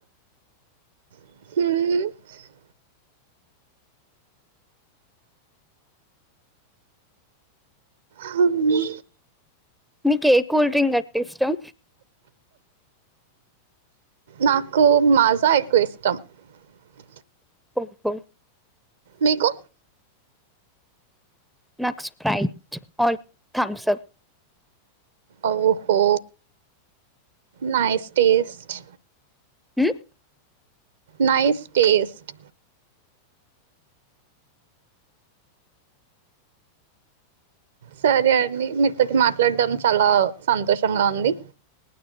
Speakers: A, on the right (about 60°); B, in the centre.
A: ఉమ్ హ్మ్.
B: మీకు ఏ కూల్ డ్రింక్ అంటే ఇష్టం.
A: నాకు మాజా ఎక్కువ ఇష్టం. మొత్తం.
B: ఓహో.
A: మీకు
B: నాకు స్ప్రైట్ ఆర్ థమ్స్ అప్.
A: ఓహో నైస్ టేస్ట్.
B: ఉమ్
A: నైస్ టేస్ట్. సరే అండి మీతోటి మాట్లాడటం చాలా సంతోషంగా ఉంది.